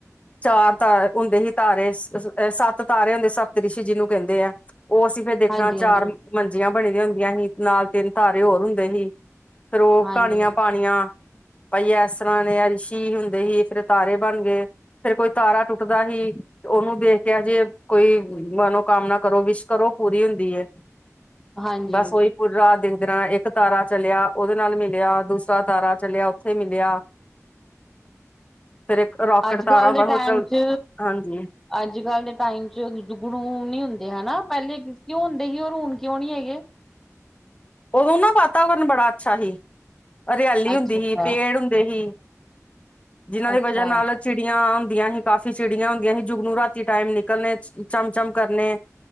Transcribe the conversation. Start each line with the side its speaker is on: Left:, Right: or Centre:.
Left: ਚਾਰ ਤ ਹੁੰਦੇ ਸੀ ਤਾਰੇ, ਸ ਏਹ ਸੱਤ ਤਾਰੇ ਹੁੰਦੇ, ਸਤ ਰਿਸ਼ੀ ਜਿਹਨੂੰ ਕਹਿੰਦੇ ਆ। ਉਹ ਅਸੀਂ ਫਿਰ ਦੇਖਣਾ
Centre: ਹਾਂਜੀ ਹਾਂਜੀ
Left: ਚਾਰ ਮੰਜੀਆਂ ਬਣੀ ਦੀਆਂ ਹੁੰਦੀਆਂ ਸੀ, ਨਾਲ ਤਿੰਨ ਤਾਰੇ ਹੋਰ ਹੁੰਦੇ ਹੀ। ਫੇਰ ਉਹ
Centre: ਹਾਂਜੀ
Left: ਕਹਾਣੀਆਂ ਪਾਣੀਆਂ। ਭਾਈ ਇਸ ਤਰ੍ਹਾਂ ਨੇ ਅੰਸ਼ੀ ਹੁੰਦੇ ਹੀ, ਫਿਰ ਤਾਰੇ ਬਣ ਗਏ। ਫੇਰ ਕੋਈ ਤਾਰਾ ਟੁੱਟਦਾ ਹੀ, ਉਹਨੂੰ ਦੇਖ ਕੇ ਹਜੇ ਕੋਈ ਮਨੋਕਾਮਨਾ ਕਰੋ, ਵਿਸ਼ ਕਰੋ ਪੂਰੀ ਹੁੰਦੀ ਹੈ।
Centre: ਹਾਂਜੀ
Left: ਬਸ ਓਹੀ ਪੂਰੀ ਰਾਤ ਦਿਨ ਜਿਦੇ ਨਾਲ ਇੱਕ ਤਾਰਾ ਚੱਲਿਆ, ਉਹਦੇ ਨਾਲ ਮਿਲਿਆ, ਦੂਸਰਾ ਤਾਰਾ ਚੱਲਿਆ, ਉੱਥੇ ਮਿਲਿਆ। ਫੇਰ ਇੱਕ ਰੋਕਟ
Centre: ਅੱਜ
Left: ਤਾਰਾ
Centre: ਕੱਲ
Left: ਹੁੰਦਾ
Centre: ਦੇ
Left: ਉਹ
Centre: ਟਾਈਮ
Left: ਚੱਲ
Centre: ਚ
Left: ਹਾਂਜੀ
Centre: ਅੱਜ ਕੱਲ੍ਹ ਦੇ ਟਾਈਮ ਚ ਜੁਗਣੂ ਨੀ ਹੁੰਦੇ ਹਨਾ? ਪਹਿਲੇ ਕਿਉਂ ਹੁੰਦੇ ਸੀ ਹੁਣ ਕਿਉਂ ਨਹੀਂ ਹੈਗੇ।
Left: ਉਦੋਂ ਨਾ ਵਾਤਾਵਰਨ ਬੜਾ ਅੱਛਾ ਸੀ ਹਰਿਆਲੀ
Centre: ਅੱਛਾ
Left: ਹੁੰਦੀ
Centre: ਅੱਛਾ
Left: ਸੀ ਪੇੜ ਹੁੰਦੇ ਸੀ। ਜਿਹਨਾਂ ਦੀ
Centre: ਅੱਛਾ
Left: ਵਜ੍ਹਾ ਨਾਲ ਚਿੜੀਆਂ, ਹੁੰਦੀਆਂ ਹੀ ਕਾਫੀ ਚਿੜੀਆਂ ਹੁੰਦੀਆਂ ਸੀ ਜੁਗ ਨੂੰ ਰਾਤੀ ਟਾਈਮ ਨਿਕਲਣੇ ਚਮ-ਚਮ ਕਰਨੇ